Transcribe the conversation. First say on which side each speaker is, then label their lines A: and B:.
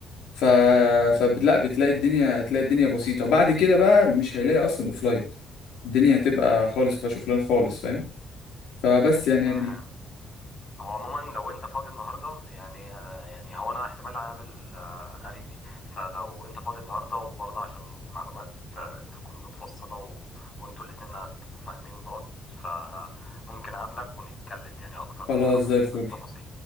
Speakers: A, on the left; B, on the left.
A: ف فلا بتلاقي الدنيا تلاقي الدنيا بسيطه وبعد كده بقى مش هيلاقي اصلا اوفلاين الدنيا هتبقى خالص مفيهاش اوفلاين خالص فاهم فبس يعني
B: تمام
A: دي
B: هو عموما لو انت فاضي النهارده يعني يعني هو انا احتمال اقابل آه، قريبي فلو انت فاضي النهارده وبرضه عشان المعلومات آه، تكون متفصله و... وانتوا الاتنين هتبقوا فاهمين بعض فممكن اقابلك ونتكلم يعني اكتر
A: خلاص
B: ونعرف
A: زي الفل
B: التفاصيل